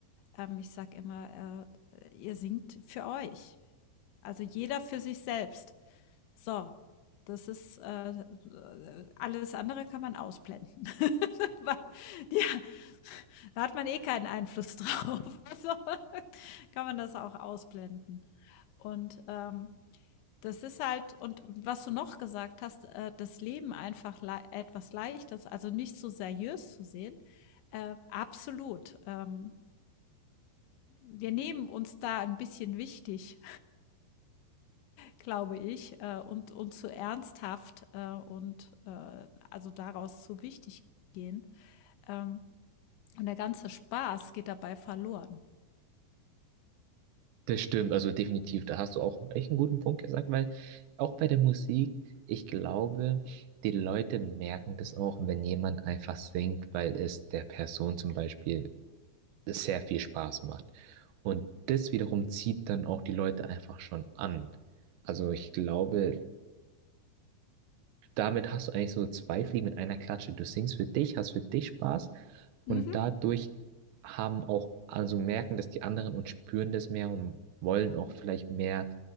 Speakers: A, on the left; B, on the right.
A: ähm, ich sage immer, äh, ihr singt für euch. Also jeder für sich selbst. So, das ist äh, alles andere kann man ausblenden. <laughs> Weil, ja, da hat man eh keinen Einfluss drauf. Also <laughs> kann man das auch ausblenden. Und ähm, das ist halt, und was du noch gesagt hast, äh, das Leben einfach le etwas leichtes, also nicht so seriös zu sehen. Äh, absolut. Ähm, wir nehmen uns da ein bisschen wichtig Glaube ich, äh, und und zu ernsthaft, äh, und, äh, also daraus zu wichtig gehen. Ähm, und der ganze Spaß geht dabei verloren.
B: Das stimmt, also definitiv, da hast du auch echt einen guten Punkt gesagt, weil auch bei der Musik, ich glaube, die Leute merken das auch, wenn jemand einfach singt, weil es der Person zum Beispiel sehr viel Spaß macht. Und das wiederum zieht dann auch die Leute einfach schon an. Also ich glaube, damit hast du eigentlich so zwei Fliegen mit einer Klatsche. Du singst für dich, hast für dich Spaß und
A: Mhm.
B: dadurch haben auch, also merken das die anderen und spüren das mehr und wollen auch vielleicht mehr